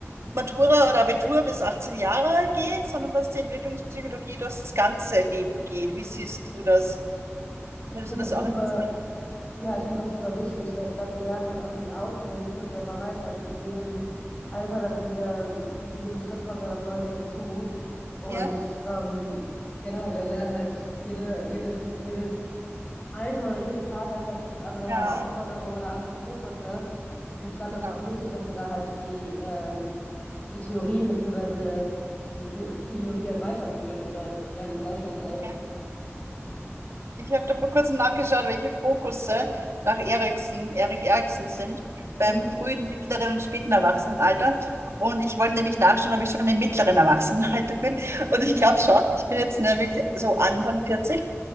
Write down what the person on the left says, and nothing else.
Ich finde
es auch
super,
ja, ich finde es auch super wichtig, weil ich glaube, wir lernen halt auch nie aus und wir entwickeln uns ja immer weiter. Also mit jedem Alter oder mit jeder, mit jedem Schritt kommt ja was Neues dazu. Und
ähm, genau, wir lernen halt jede, jedes, jedes Alter oder jede Phase hat halt andere
Herausforderungen oder andere Fokusse. Und ich glaube, das
ist auch wichtig, dass wir da halt die, ähm, die Theorien beziehungsweise die Phy- Psychologie halt weiterführen oder ja, die Forschung auch.
Mhm.
<laughs>